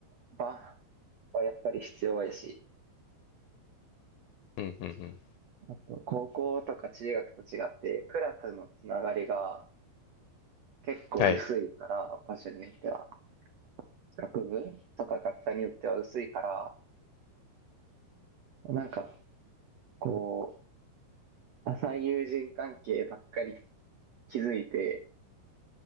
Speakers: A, on the right; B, on the left.
A: 場はやっぱり必要やし、
B: うん。うんうんうん。
A: あと、高校とか中学と違って、クラスのつながりが、結構薄いから、
B: はい。
A: 場所によっては。学部とか学科によっては薄いから、なんか、こう、浅い友人関係ばっかり築いて、